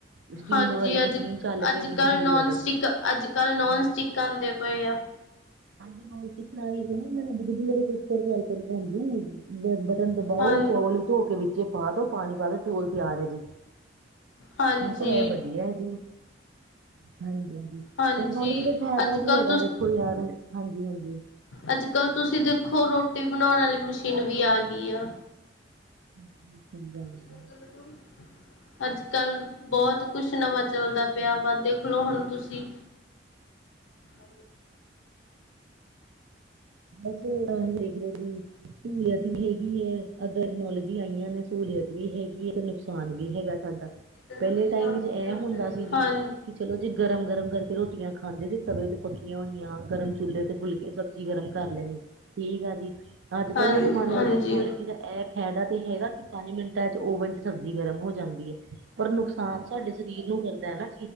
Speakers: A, on the right; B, on the left.
A: ਸਟੀਮ
B: ਹਾਂਜੀ
A: ਵਾਲੇ
B: ਅੱਜ
A: ਮਸ਼ੀਨ ਚੱਲ
B: ਅੱਜ
A: ਪਏ ਨੇ
B: ਕੱਲ੍ਹ
A: ਬਿਜਲੀ
B: ਨੋਨ
A: ਵਾਲੇ
B: ਸਟਿਕ
A: ਜੇ।
B: ਅੱਜ ਕੱਲ੍ਹ ਨੋਨ ਸਟਿਕ ਆਂਦੇ ਪਏ ਆ।
A: ਹਾਂਜੀ ਨੋਟ ਸਟਿਕ <unintelligible> ਬਿਜਲੀ ਆਲੇ ਕੂਕਰ ਚੱਲ ਪਏ ਨੇ ਭੈਣਜੀ। ਬਟਨ ਦਬਾਓ
B: ਹਾਂ
A: ਚੌਲ ਧੋ ਕੇ ਵਿੱਚ ਪਾ ਦੋ, ਪਾਣੀ ਪਾ ਦੋ ਚੋਲ ਤਿਆਰ ਹੈ ਜੀ।
B: ਹਾਂਜੀ
A: ਮੈਂ ਕਿਹਾ ਇਹ ਵਧੀਆ ਹੈ ਜੀ। ਹਾਂਜੀ ਹਾਂਜੀ-ਹਾਂਜੀ
B: ਹਾਂਜੀ,
A: ਟੈਕਨੋਲੋਜੀ ਦਾ ਫਾਇਦਾ
B: ਅੱਜ-ਕੱਲ
A: ਵੀ ਹੈਗਾ ਦੇਖੋ ਯਾਰ ਹਾਂਜੀ-ਹਾਂਜੀ।
B: ਅੱਜ ਕੱਲ ਤੁਸੀਂ ਦੇਖੋ ਰੋਟੀ ਬਣਾਉਣ ਵਾਲੀ ਮਸ਼ੀਨ ਵੀ ਆ ਗਈ ਆ।
A: ਸਹੀ ਗੱਲ ਹੈ
B: ਕੀ
A: ਜੀ
B: ਕਰਦਾ ਤੂੰ ਅੱਜ-ਕੱਲ ਬਹੁਤ ਕੁਛ ਨਵਾਂ ਚੱਲਦਾ ਪਿਆ ਵਾ ਦੇਖਲੋ ਹੁਣ, ਤੁਸੀਂ ਹ
A: ਬਸ ਨਾ ਹੀ ਦੇਖ ਲੋ ਜ ਸਹੂਲੀਅਤ ਵੀ ਹੈਗੀ ਅੱਗਰ ਤਕਨੋਲੋਜੀ ਆਈਆਂ ਨੇ ਸਹੂਲੀਅਤ ਵੀ ਹੈਗੀ ਹੈ ਤੇ, ਨੁਕਸਾਨ ਵੀ ਹੈਗਾ ਸਾਡਾ
B: ਹਾਂਜੀ,
A: ਪਹਿਲੇ ਟਾਈਮ
B: ਹਾਂ
A: ਵਿੱਚ ਇਹ ਹੁੰਦਾ ਸੀ ਜੀ ਕਿ ਚਲੋ ਜੇ ਗਰਮ ਗਰਮ ਕਰਕੇ ਰੋਟੀਆਂ ਖਾਂਦੇ ਸੀ, ਤਵੇ ਤੇ ਪੱਕੀਆਂ ਹੋਈਆਂ ਗਰਮ ਚੁੱਲੇ ਤੇ ਫੁਲਕੇ ਜੀ ਗਰਮ ਕਰ ਲੈਣੀ ਠੀਕ ਆ ਜੀ ਅੱਜ ਕੱਲ੍ਹ
B: ਹਾਂਜੀ।
A: ਦੇ ਜਮਾਨੇ ਚ ਟੈਕਨੋਲੋਜੀ
B: ਹਾਂਜੀ,
A: ਦਾ ਐਪ ਹੈਗਾ ਤੇ ਹੈਗਾ ਪੰਜ ਮਿੰਟਾਂ ਚ ਓਵਨ ਚ ਸਬਜ਼ੀ ਗਰਮ ਹੋ ਜਾਂਦੀ ਹੈ ਪਰ ਨੁਕਸਾਨ ਸਾਡੇ ਸਰੀਰ ਨੂੰ ਕਰਦਾ ਹੈ।